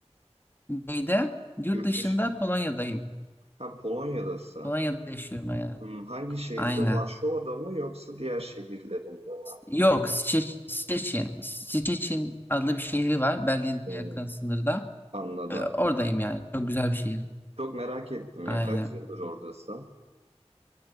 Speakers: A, on the left (about 20°); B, on the right (about 65°).
A: neyde? Yurt
B: Yurt
A: dışında
B: dışı.
A: Polonya'dayım.
B: Ha Polonya'dasın.
A: Polonya'da yaşıyorum yani.
B: Hmm, hangi şehirde?
A: Aynen.
B: Varşova'da mı yoksa diğer şehirlerinde mi?
A: Yok, Szcze- Szczecin. Szczecin adlı bir şehri var. Berlin'e
B: Hmm,
A: yakın sınırda.
B: anladım.
A: E, Oradayım yani. Çok güzel bir şehir.
B: Çok merak ettim
A: Aynen.
B: ya. Kaç yıldır oradasın?